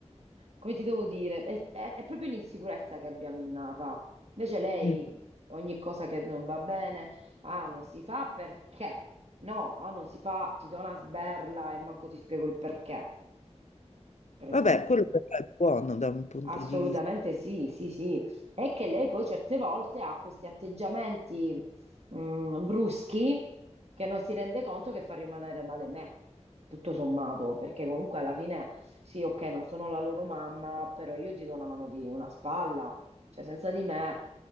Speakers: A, on the right; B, on the left.
A: come ti devo dire, è, è- è proprio l'insicurezza che abbiamo innata. Invece lei,
B: Mm.
A: ogni cosa che non va bene, ah, non si fa perché? No, ah, non si fa, ti do una sberla e manco ti spiego il perché, per esempio.
B: vabbè, quello però è buono da un punto
A: Assolutamente
B: di vista.
A: sì, sì, sì. È che lei poi certe volte ha questi atteggiamenti mh, bruschi che non si rende conto che fa rimanere male me, tutto sommato, perché comunque alla fine sì, ok, non sono la loro mamma, però io ti do una mano di una spalla, cioè senza di me